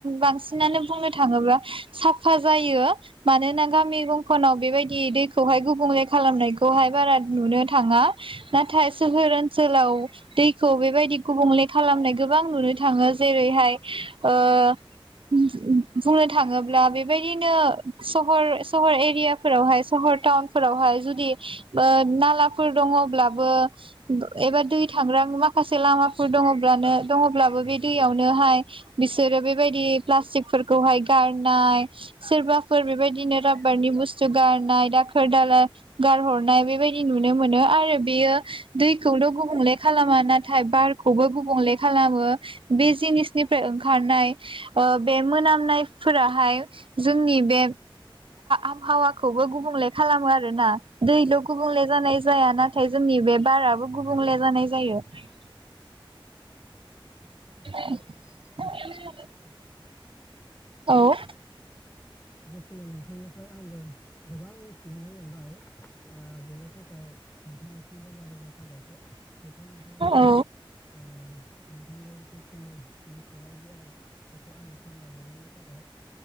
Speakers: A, on the right; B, on the left.
A: बांसिन ओ बांसिनानो बुंनो थाङोब्ला साफा जायो । मानोना गामि दंखनाव बेबायदि दैखौहाय गुबुंले खालामनायखौहाय बारा नुनो थाङा ।नाथाय सोहोर ओनसोलाव दैखौ बेबायदि गुबुंले खालामनाय गोबां नुनो थाङो ।जेरैहाय ओ बुंनो थाङोब्ला बेबायदिनो सहर सहर एरियाफोरावहाय सहर टाउनफोरावहाय जुदि ओ नालाफोर दङब्लाबो एबा दै थांग्रा माखासे लामाफोर दङब्लानो दङब्लाबो बे दैयावनोहाय बिसोरो बेबायदि प्लास्टिकफोरखौहाय गारनाय सोरबा बेफोर बेबायदिनो
B: औ
A: राबारनि बुस्थु गारनाय दाखोर दाला गारहरनाय बेबायदि नुनो मोनो। आरो बेयो दैखौल' गुबुंले खालाम नाथाय बारखौबो गुबुंले खालामो । बे जिनिसनिफ्राय ओंखारनाय ओ बे मोनामनायफोराहाय जोंनि बे आबहावाखौबो गुबुंले खालामो आरोना । दैल' गुबुंले जानाय
B: औ
A: जाया नाथाय जोंनि बे बाराबो गुबुंले जानाय जायो ।
B: निस्सय
A: <inaudible>
B: नंगौ नोंथांनि गासै बाथ्रा बुंनायफोरा
A: औ ।
B: बेखिनि नोंथांनिफ्राय आंबो गोबां मिथिनानै मोनबाय । आह बेनि थाखाय नोंथांनि रोजा रोजा जाबायथ' बेखौ नोंथाङा
A: औ
B: आंनो नोंथांनि जिखिनि मोनथिनाय गियान बेखौ आङो फोरमाय हरनायनि थाखाय ।